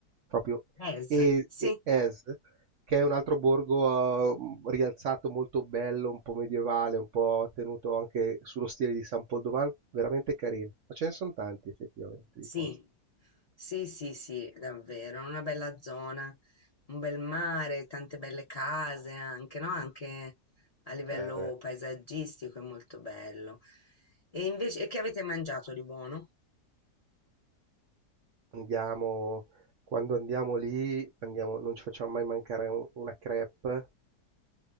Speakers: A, on the right; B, on the left.
A: Proprio
B: Es,
A: e
B: sì,
A: e Es, che è un altro borgo, uhm, rialzato molto bello, un po' medievale, un po' tenuto anche sullo stile di San Poldovan, veramente carino. Ma ce ne son tanti effettivamente
B: sì,
A: di posti.
B: sì, sì, sì, davvero, una bella zona, un bel mare, tante belle case anche, no? Anche a livello
A: Eh beh,
B: paesaggistico è molto bello. E invece, e che avete mangiato di buono?
A: andiamo quando andiamo lì andiamo non ci facciamo mai mancare u una crêpe